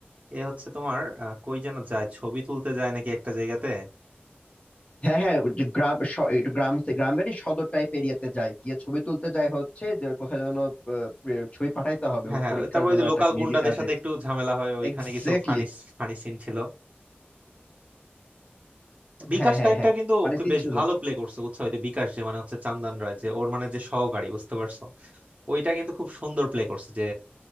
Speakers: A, on the right; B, on the left.
A: এ হচ্ছে তোমার আহ, কই যেন যায় ছবি তুলতে যায় নাকি একটা জায়গাতে
B: হ্যাঁ হ্যাঁ ওই যে গ্রাম স- একটু গ্রাম গ্রামেরই সদর টাইপ এরিয়াতে যায় গিয়ে ছবি তুলতে যায় হচ্ছে যে কোথায় যেন আহ, প্রে- ছবি পাঠাইতে হবে
A: হ্যাঁ
B: ওর
A: হ্যাঁ
B: পরীক্ষার
A: ওই তারপর ওই
B: জন্য
A: যে
B: একটা
A: লোকাল
B: মেবি
A: গুন্ডাদের
B: কাজে
A: সাথে একটু ঝামেলা হয় ওইখানে
B: এক্স্যাক্টলি
A: কিছু ফানি ফানি সিন ছিল বিকাশ
B: হ্যাঁ হ্যাঁ
A: ক্যারেক্টার
B: হ্যাঁ
A: কিন্তু
B: মানে
A: ওকে
B: সিন
A: বেশ
B: ছিল
A: ভালো প্লে করছে বুঝছো ওই যে বিকাশ যে মানে হচ্ছে চান্দন রায় যে ওর মানে যে সহকারী বুঝতে পারছো ওইটা কিন্তু খুব সুন্দর প্লে করছে যে